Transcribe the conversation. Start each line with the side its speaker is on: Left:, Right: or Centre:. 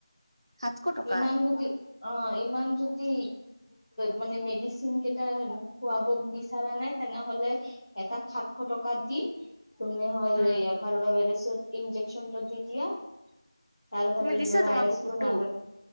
Right: সাতশ টকা?
Centre: ইমান যদি অ', ইমান যদি মানে মেডিচিন কেইটা খুৱাব বিচৰা নাই তেনেহলে এটা সাতশ টকা দি, তুমি হ'ল
Right: উম,
Centre: এইয়া পাৰবা ভাইৰাছ, ইঞ্জেকচনটো দি দিয়া, তাৰহ'ল
Right: তুমি দিছা
Centre: ভাইৰাছটো
Right: তোমাৰ কুকুৰটোক?
Centre: নালাগে।